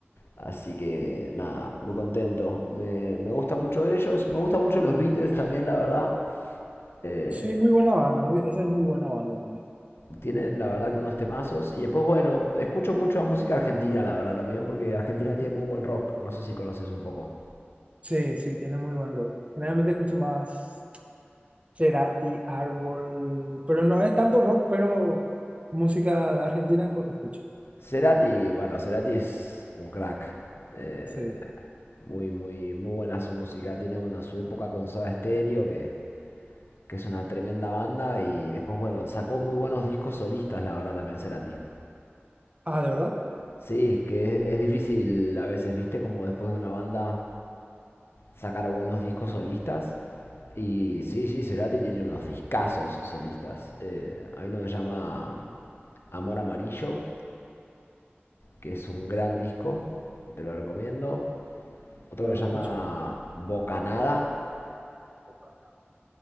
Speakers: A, on the left; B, on the right.
A: Así que nada, muy contento. Me, me gusta mucho ellos. Me gustan mucho los Beatles también, la verdad. Eh,
B: Sí, muy buena banda. muy- esa es muy buena banda también.
A: Tienen la verdad que unos temazos. Y después, bueno, escucho mucho la música argentina, la verdad también, porque Argentina tiene
B: Mm.
A: muy buen rock. No sé si conoces un poco.
B: Sí, sí, tiene muy buen rock. Generalmente escucho más Cerati, Árbol, pero no es tanto rock, pero música argentina co- escucho.
A: Cerati, bueno, Cerati es un crack. Eh,
B: Sí.
A: muy, muy, muy buena su música. Tiene, bueno, su época con Soda Stereo, que, que es una tremenda banda. Y después, bueno, sacó muy buenos discos solistas, la verdad también, Cerati.
B: Ah, ¿de verdad?
A: Sí, es que es, es difícil a veces, viste, como después de una banda sacar buenos discos solistas. Y sí, sí, Cerati tiene unos discazos solistas. Eh, hay uno que se llama mm, Amor Amarillo, que es un gran disco, te lo recomiendo.
B: Ah,
A: Otro
B: La
A: que
B: voy
A: se llama
B: a escuchar.
A: Bocanada.
B: Ok.